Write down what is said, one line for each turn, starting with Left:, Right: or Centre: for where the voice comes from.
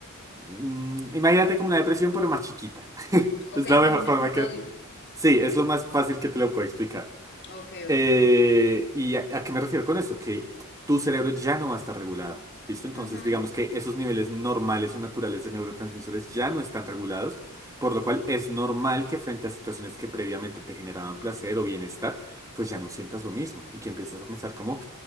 Right: Mm, imagínate como la depresión, pero más chiquita. <laughs>
Left: Ok,
Right: Es la mejor
Left: como un
Right: forma
Left: episodio.
Right: que... Sí, es lo más fácil que te lo puedo explicar.
Left: Ok,
Right: Eh,
Left: ok.
Right: ¿y a, a qué me refiero con esto? Que tu cerebro ya no va a estar regulado. ¿Listo? Entonces,
Left: Ujú,
Right: digamos que esos niveles normales o naturales de neurotransmisores ya no están regulados, por lo cual es normal que frente a situaciones que previamente te generaban placer o bienestar, pues ya no sientas lo mismo y que empieces a pensar como,